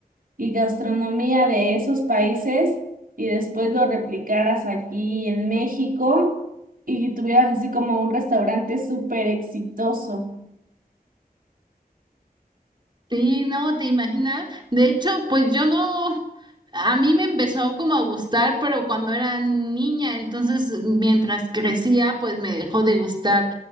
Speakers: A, on the right; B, on the right.
A: y gastronomía de esos países y después lo replicaras aquí en México y tuvieras así como un restaurante súper exitoso.
B: Sí, no, te imaginas. De hecho, pues yo no, a mí me empezó como a gustar, pero cuando era niña, entonces mientras crecía, pues me dejó de gustar